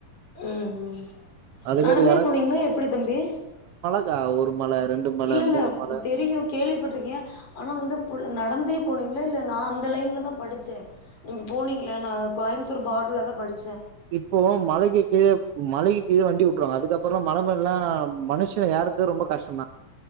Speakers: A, on the left; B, on the right.
A: ம் ம்
B: அதே
A: நடந்தே
B: மாரி
A: போனீங்ளா எப்டி தம்பி
B: இல்ல ஒரு மல ரெண்டு மல
A: இல்ல இல்ல
B: மூணு மல
A: தெரியூ கேள்விப்பட்ருக்கேன் ஆனா வந்து நடந்தே போனீங்ளா இல்ல நா அந்த லைன்ல தா படிச்சேன் நீங்க போனீங்களா நா கோயமுத்தூர் பார்டுல தா படி
B: இப்போ மலைக்கி கீழ மலைக்கி கீழ வண்டி வுட்டுருவாங்க அதுக்கப்புறோ மல மேல லா மனுஷன் எர்றது ரொம்ப கஷ்டம்தா